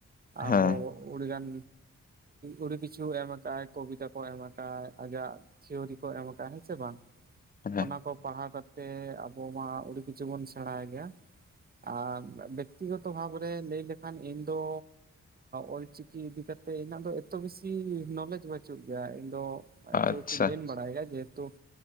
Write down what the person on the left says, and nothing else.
ᱦᱮᱸ
ᱦᱮᱸ
ᱟᱪᱪᱷᱟ